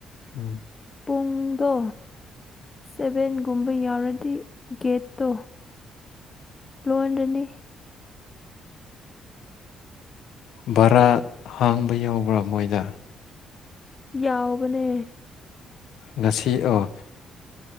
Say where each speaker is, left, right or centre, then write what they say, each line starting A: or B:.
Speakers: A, on the left; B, on the left.
A: ꯎꯝ
B: ꯄꯨꯡꯗꯣ ꯁꯚꯦꯟꯒꯨꯝꯕ ꯌꯥꯎꯔꯗꯤ ꯒꯦꯠꯇꯣ ꯂꯣꯟꯔꯅꯤ
A: ꯚꯔꯥ ꯍꯥꯡꯕ ꯌꯥꯎꯕ꯭ꯔꯥ ꯃꯣꯏꯗ
B: ꯌꯥꯎꯕꯅꯦ
A: ꯉꯁꯤ ꯑꯣ